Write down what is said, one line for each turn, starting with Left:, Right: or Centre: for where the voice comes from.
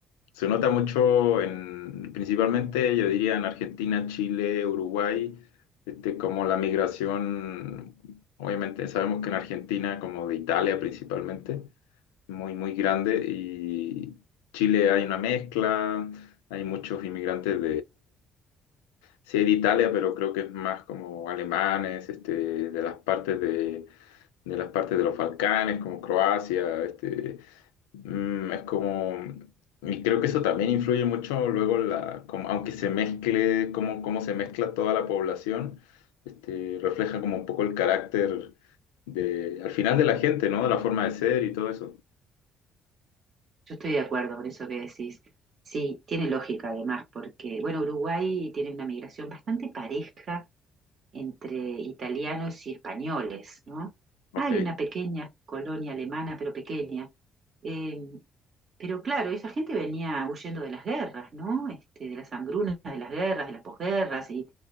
Left: se nota mucho en, principalmente yo diría en Argentina, Chile, Uruguay, este, como la migración, obviamente sabemos que en Argentina, como de Italia principalmente, muy, muy grande, y Chile hay una mezcla, hay muchos inmigrantes Sí, de Italia, pero creo que es más como alemanes, este, de las partes de, de las partes de los Balcanes, como Croacia, este, mm, es como, y creo que eso también influye mucho luego la, como- aunque se mezcle, cómo, cómo se mezcla toda la población, este, refleja como un poco el carácter de, al final de la gente, ¿no? De la forma de ser y todo eso.
Right: Yo estoy de acuerdo con eso que decís. Sí, tiene lógica además, porque, bueno, Uruguay tiene una migración bastante pareja entre italianos y españoles, ¿no?
Left: Ok,
Right: Hay una pequeña colonia alemana, pero pequeña. Eh, pero claro, esa gente venía huyendo de las guerras, ¿no? Este, de las hambrunas, de las guerras, de las posguerras, y,